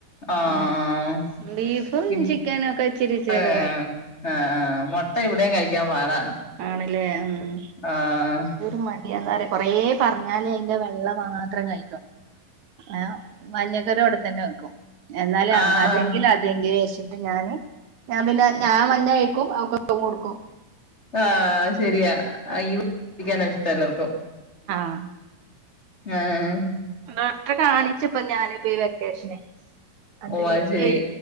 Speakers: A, on the left; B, on the right.
A: ആം
B: ആഹ് ബീഫും
A: മീനും
B: ചിക്കനും ഒക്കെ ഇച്ചിരി ഇച്ചിരിയൊക്കെ
A: ഏ
B: കഴിക്കും
A: ആ ആ് മുട്ട ഇവിടെയും കഴിക്കാൻ പാടാണ്
B: ആണല്ലേ ഉം ഉം
A: ആഹ്
B: ഒരു മടിയന്നര കുറേ പറഞ്ഞാല അതിന്റെ വെള്ള മാത്രം കഴ ഏ മഞ്ഞക്കറി അവിടെത്തന്നെ വെക്കും എന്നാല
A: ആഹ്
B: അതെങ്കിൽ അതെങ്കിലിൽ വെച്ചിട്ട് ഞാന് ഞാൻ പിന്നെ ഞാൻ മഞ്ഞ കഴിക്കും പുമുടുക്കും
A: ആ ശരിയാ ഇവിക്കാന ഇഷ്ടം എല്ലാവർക്കും
B: ആഹ
A: ആഹ്
B: ഡോക്ടറെ കാണി ഇപ്പ ഞാന് പോയി വെക്കേഷന് അത്
A: ഓ
B: ലേക്കനി
A: ശരി